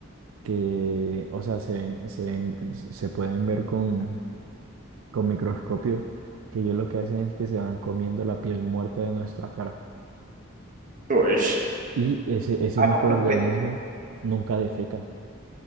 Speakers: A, on the right (about 75°); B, on the right (about 40°).
A: que, o sea, se ven- se ven- se pueden ver con, con microscopios, que ellos lo que hacen es que se van comiendo la piel muerta de nuestra cara.
B: Ush.
A: Y ese, ese
B: Ah,
A: microorganismo
B: como los peces.
A: nunca defeca,